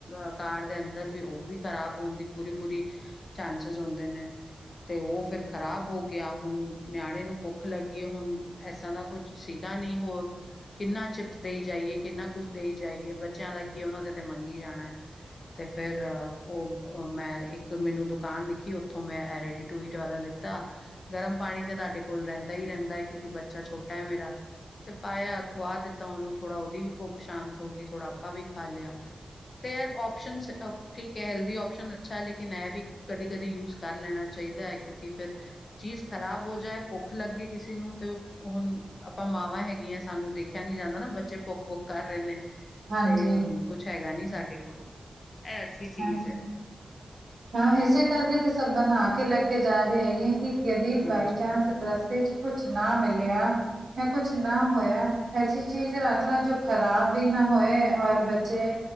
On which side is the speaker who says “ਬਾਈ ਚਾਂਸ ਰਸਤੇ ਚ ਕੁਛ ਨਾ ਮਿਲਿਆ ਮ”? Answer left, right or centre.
Right